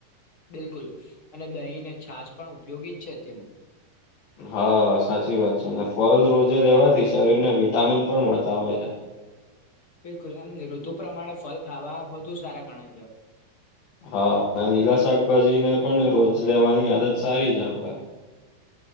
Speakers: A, on the left; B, on the left.
A: બિલકુલ અને દહીંને છાસ પણ ઉપયોગી જ છે તેમ.
B: હા સાચી વાત છે અને ફલ રોજે લેવાથી શરીર ને વિટામિન પણ મળતા હોય છે.
A: બિલકુલ એમ ઋતુ પ્રમાણે ફલ ખાવા બધુ સારા ગણાય છે.
B: હા લીલા શાકભાજીને પણ રોજ લેવાની આદત સારી છે આપડે.